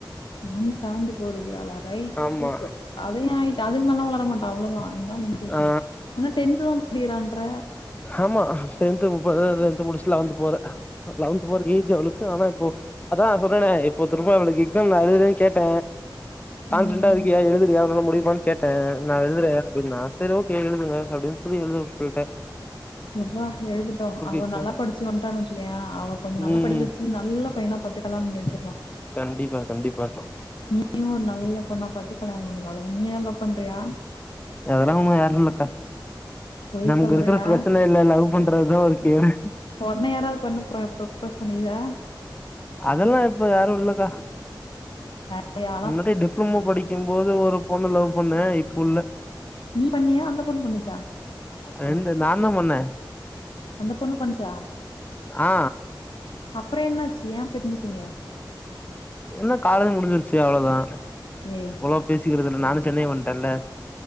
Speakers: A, on the left; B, on the left.
A: ஒன் செவன்டி ஃபோர் இருக்கராலா ரைட்
B: ஆமா
A: சூப்பர் அது ஏ அய்ட்டு அதுக்கு மேல்னா வர மாட்டா அவ்ளோதா இது தா லிமிடேஷன்
B: ஆ
A: இன்னோ டென்த் தா படிக்கிறான்ற
B: ஆமா டென்து போற டென்த் முடிச்சிட்டு லெவன்த் போற லெவன்த் போறா ஏஜ் அவளுக்கு ஆனா இப்போ அதா சொல்றனே இப்ப திரும்ப அவளுக்கு எக்ஸாம் அதுவரை கேட்ட கான்ஃபிடெண்டா
A: ம்
B: இருக்கியா எழுதிரியா ஒன்னால முடியுமா கேட்ட நா எழுதுற அப்டின்னா சரி ஓகே எழுதுங்க அப்டின்னு சொல்லி எழுத சொல்ட்ட
A: உட்ரா எழுதட்டோ அவ
B: எக்ஸாம்
A: நல்லா படிச்சி வன்டா வச்சிகோயே அவ கொஞ்ச நல்லா
B: ம்
A: படிக்க வெச்சி நல்ல பையனா பாத்து கல்யாணம் பண்ணி வச்சர்ரா
B: கண்டிப்பா கண்டிப்பாக
A: நீயு ஒரு நல்ல பொண்ணா பாத்து கல்யாண பண்ணிக்கோ அவ்ளதா நீ யாரா லவ் பண்றியா
B: அதல்லா அவுங்க யாரு இல்லக்கா
A: பொய்
B: நமக்கு
A: சொல்றியா?
B: இருக்கற பிரஷர்ல இதுல லவ் பண்றதுதா ஒரு கேடு
A: ஒன்ன யாராவது பொண்ணு ப்ரப் ப்ரப்போஸ் பண்ணிகிதா
B: அதெல்லா இப்ப யாரு இல்லக்கா
A: ந <inaudible> யா
B: முன்னடி டிப்ளமோ படிக்கும் போது ஒரு பொண்ண லவ் பண்ண இப்போ இல்ல
A: நீ பண்ணியா அந்த பொண்ணு பண்ணுச்சா
B: ரெண்டு நா தா பண்ண
A: அந்த பொண்ணு பண்ணுச்சா
B: ஆ
A: அப்றோ என்னாச்சு ஏ பிரிஞ்சுட்டீங்க
B: என்ன காலேஜ் முடிஞ்சிருச்சி அவ்ளதா
A: ஏ
B: அவ்ளவா பேசிக்கறது இல்ல நானு சென்னை வன்டல்ல